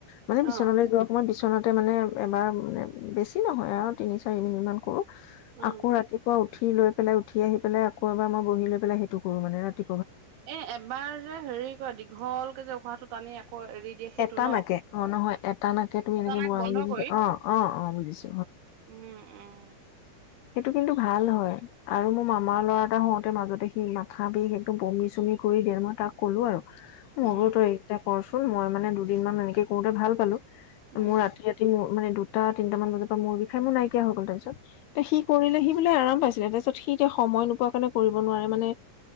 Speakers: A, on the left (about 80°); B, on the right (about 75°).
A: মানে বিচনালৈ
B: অ
A: যোৱা সময়ত <unintelligible> মানে এবাৰ মানে বেছি নহয় আৰু তিনি চাৰি মিনিটমান কৰোঁ
B: উম
A: আকৌ ৰাতিপুৱা উঠি লৈ পেলাই উঠি আহি পেলাই আকৌ এবাৰ মই বহি লৈ পেলাই সেইটো কৰো মানে ৰাতি
B: এ এবাৰ যে হেৰি কয় দীঘল যে উশাহটো টানি এৰি দিয়ে সেইটো
A: এটা
B: ন
A: নাকে, অ নহয় টানাকে তুমি
B: এটানাক
A: এনেকে বুৰা <unintelligible>
B: বন্ধ কৰি
A: অ অ অ বুজিছোঁ
B: উম উম
A: সেইটো কিন্তু ভাল হয় আৰু মোৰ মামাৰ ল'ৰা এটা হওঁতে মাজতে সি মাথা বিষ একদম বমি চমি কৰি দিয়ে, মই তাক কলো আৰু। <unintelligible>
B: উম,
A: <unintelligible> মানে দুদিনমান এনেকে কৰোতে ভাল পালো
B: উম,
A: মই ৰাতি ৰাতি মোৰ মানে দুটা তিনটা মান বজাৰ পৰা মূৰ বিষায় মোৰ নাইকিয়া হৈ গ'ল তাৰপিছত এ সি কৰিলে সি বোলে আৰাম পাইছিলে তাৰপিছত সি এতিয়া সময় নোপোৱা কাৰণে কৰিব নোৱাৰে মানে,